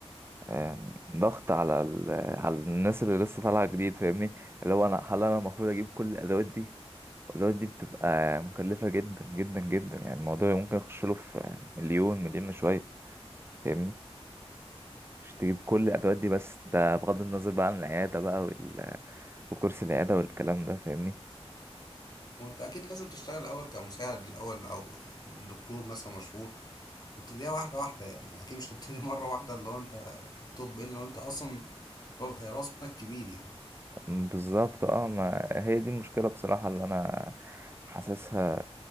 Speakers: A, on the right; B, on the left.
A: آم، ضغط على ال... على الناس اللي لسه طالعة جديد فاهمني اللي هو انا هل انا المفروض اجيب كل الادوات دي والادوات دي بتبقى مكلفة جدا جدا جدا يعني الموضوع ممكن يخش له في مليون مليون شوية فاهمني مش تجيب كل الادوات دي بس ده بغض النظر بقى عن العيادة بقى وكرسي العيادة والكلام ده فاهمني
B: وانت اكيد لازم تشتغل الاول كمساعد الاول او دكتور مثلا مشهور وابتديها واحده واحده يعني اكيد مش تبتدي <laughs> مره واحده اللي هو انت طب الا لو انت اصلا راس رأس مالك كبير يعني
A: بالظبط اه ما هي دي المشكلة بصراحة اللي أنا حاسسها